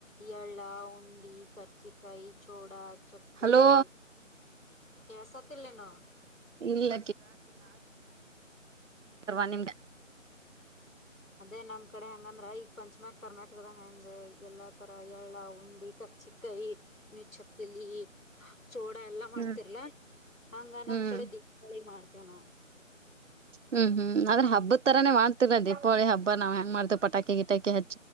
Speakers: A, on the left; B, on the right.
A: ಎಳ್ಳ ಉಂಡಿ ಕರ್ಚಿಕಾಯಿ ಚೋಡಾ ಚಕ್ಕಲಿ
B: ಹಲೋ
A: ಕೆಳಸತ್ತಿಲ್ಲೆನೋ
B: ಇಲ್ಲ ತಾರ್ವ ನಿಮ್ಮದು
A: ಅದೇ ನಮ್ಮ ಕಡೆ ಹೆಂಗಂದ್ರ ಈಗ ಪಂಚಿಮ್ಯಾಗ ಕರ್ನಾಟಕದ ಹೆಂಗ ಎಲ್ಲಾ ತರ ಎಳ್ಳ ಉಂಡಿ ಕೆರ್ಚಿಕಾಯಿ ನೀವು ಚಕ್ಲಿ ಚೋಡ ಎಲ್ಲಾ ಮಾಡ್ತಿರ್ಲ
B: ಹ್ಮ್
A: ಹಂಗ ನಮ್ಮ
B: ಹ್ಮ್
A: ಕಡೆ ದೀಪಾವಳಿಗೆ ಮಾಡ್ತೇವ ನಾವು
B: ಹು ಹು ಆದ್ರೆ ಹಬ್ದ ತರನ ಮಾಡ್ತಿಲ್ಲಾ ದೀಪಾವಳಿ ಹಬ್ಬಾ ನಾವು ಹೆಂಗ ಮಾಡ್ತವಿ ಪಟಾಕಿ ಗಿಟಾಕಿ ಹಚ್ಚಿ